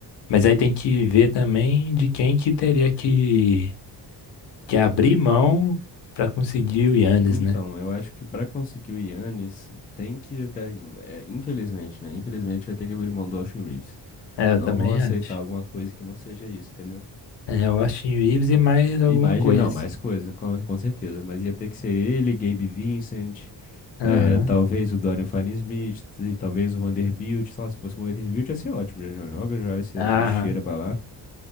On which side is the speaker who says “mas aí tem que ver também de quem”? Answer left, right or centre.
Left